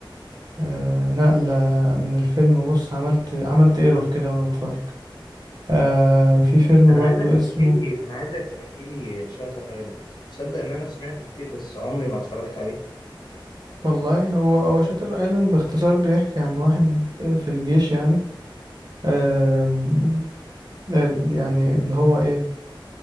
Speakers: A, on the right; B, on the left.
A: آه. نقلة من الفيلم بص عملت عملت ايرور كده وأنا بتفرج آه. في فيلم
B: أنا
A: برضو
B: عايزك تحكي
A: اسمه
B: لي أنا عايزك تحكي لي شاتر أيلاند تصدق إن أنا سمعته كتير بس عمري ما اتفرجت عليه
A: والله هو هو شاتر ايلاند باختصار بيحكي عن واحد في الجيش يعني آم، ال- يعني اللي هو ايه